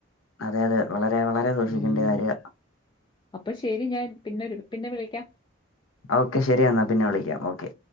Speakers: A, on the left; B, on the left.
A: അതെ അതെ വളരെ വളരെ സൂഷിക്കെണ്ട
B: ഉം
A: കാര്യ
B: അപ്പൊ ശരി ഞാൻ പിന്നെരു പിന്നെ വിളിക്യ
A: ഓക്കെ ശരിയെന്നാ പിന്നെ വിളിക്കാം ഓക്കെ